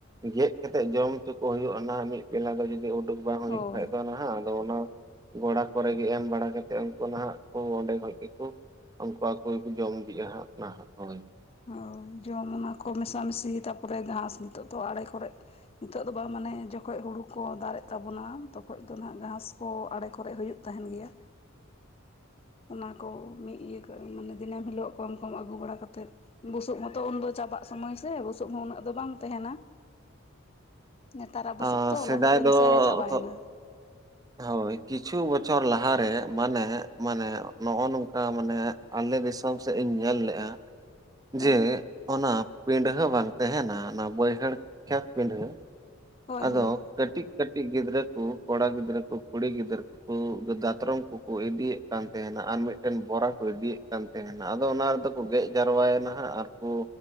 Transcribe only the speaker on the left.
ᱦᱳᱭ
ᱦᱳᱭ ᱡᱚᱢ ᱚᱱᱟ ᱠᱚ ᱢᱮᱥᱟᱢᱤᱥᱤ ᱛᱟᱯᱚᱨᱮ ᱜᱷᱟᱥ ᱱᱤᱛᱚᱜ ᱫᱚ ᱟᱲᱮ ᱠᱚᱨᱮ ᱱᱤᱛᱚᱜ ᱫᱚ ᱵᱟᱢ ᱢᱟᱱᱮ ᱡᱚᱠᱷᱚᱡ ᱦᱩᱲᱩ ᱠᱚ ᱫᱟᱨᱮᱫ ᱛᱟᱵᱚᱱᱟ ᱛᱚᱠᱷᱚᱡ ᱫᱚ ᱱᱟᱦᱟᱜ ᱜᱷᱟᱥ ᱠᱚ ᱟᱲᱮ ᱠᱚᱨᱮᱜ ᱦᱩᱭᱩᱜ ᱛᱟᱦᱮᱱ ᱜᱮᱭᱟ ᱚᱱᱟ ᱠᱚ ᱢᱤᱫ ᱤᱭᱟᱹ ᱠᱟᱜᱼᱟ ᱢᱟᱱᱮ ᱫᱤᱱᱟᱹᱢ ᱦᱤᱞᱳᱜ ᱠᱚᱢ ᱠᱚᱢ ᱟᱹᱜᱩ ᱵᱟᱲᱟ ᱠᱟᱛᱮᱫ ᱵᱩᱥᱩᱵ ᱦᱚᱸᱛᱚ ᱩᱱᱫᱚ ᱪᱚ ᱪᱟᱵᱟᱜ ᱥᱚᱢᱚᱭ ᱥᱮ ᱵᱩᱥᱩᱵ ᱦᱚᱸ ᱩᱱᱟᱹᱜ ᱫᱚ ᱵᱟᱝ ᱛᱟᱦᱮᱱᱟ ᱱᱮᱛᱟᱨᱟᱜ ᱵᱩᱥᱩᱵ
ᱛᱚ
ᱞᱚᱦᱚᱫ ᱮᱱ
ᱥᱮ ᱪᱟᱵᱟᱭᱮᱱᱟ
ᱦᱳᱭ
ᱦᱳᱭ
ᱦᱳᱭ